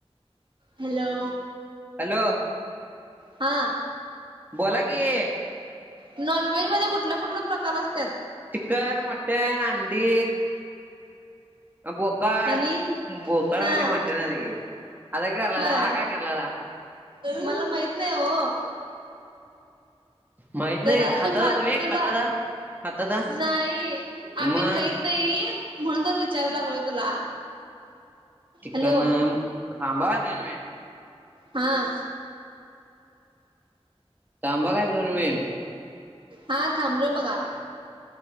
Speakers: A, on the right; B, on the right.
A: हॅलो!
B: हॅलो!
A: हा...
B: बोला की?
A: नॉनव्हेज मध्ये कुठल कुठल प्रकार असत्यात.
B: चिकन, मटन, अंडी, बोकाड
A: आणि
B: बोकाड
A: हा
B: म्हणजे मटणच की आस काय करालयसा
A: होय
B: हा काय करालयसा.
A: मला माहित नाही ओ.
B: माहित
A: त्याला
B: नाही खातासा
A: तू खा
B: तुम्ही
A: तुला
B: खातासा खातासा
A: नाही आम्ही
B: मग
A: खाईत नाही म्हणून तर विचारायला लागलोय तुला,
B: चिकन
A: हॅलो
B: थांबा दोन मिनिट
A: हा.
B: थांबा काय दोन मिनट.
A: हा थांबलोय बघा.